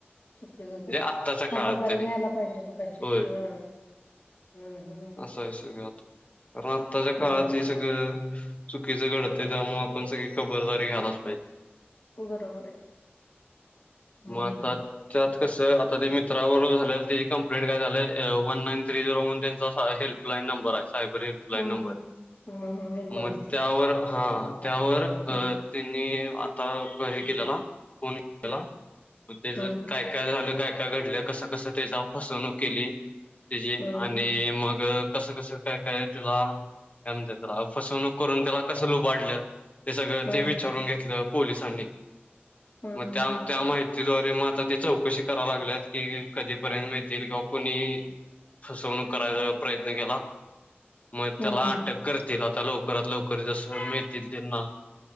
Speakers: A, on the left; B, on the left.
A: चुकीच
B: म्हणजे
A: हो
B: आत्ताच्या
A: खबरदारी
B: काळात तरी
A: घ्यायला पाहिजे म कशी
B: होय
A: ह हम्म हम्म
B: असं आहे स आता कारण आत्ताच्या काळात
A: हम्म
B: हे सगळं चुकीचं घडतं त्यामुळे आपण सगळी खबरदारी घ्यायलाच पाहिजे
A: बरोबर आहे हम्म
B: मातात त्यात कसं आता ते मित्रावर झालेलं त्याची कमं्प्लेट काय झालंय वन नाईन थ्री झिरो म्हणून त्यांचा हेल्प ल्पलाईन नंबर आहे सायबर हेल्पलाईन
A: हम्म
B: नंबर
A: हम्म हम्म एकोणीस
B: मग
A: तीस
B: त्यावर हा त्यावर
A: हम्म
B: त्यांनी आता हे केलेला फोन केलेला मग तेच
A: हम्म
B: काय काय झालं काय काय घडलं कसं कसं त्याचा फसवणूक केली तजे
A: हम्म
B: आणि मग कसं कसं काय काय तुला काय म्हणत तुला फसवणूक करून त्याला कसं लुबाडलं ते सगळं
A: हम्म
B: ते विचारून
A: हम्म
B: घेतलं पोलिसांनी
A: हम्म
B: मग त्या त्या माहि द्वारे माझ ते चौकशी कराव लागल्यात की कधीपर्यंत मिळतील किंवा कुणी फसवणूक करायचा प्रयत्न केला मग
A: हम्म
B: त्याला अटक करतील आता लवकरात लवकर जस मिळतील त्यांना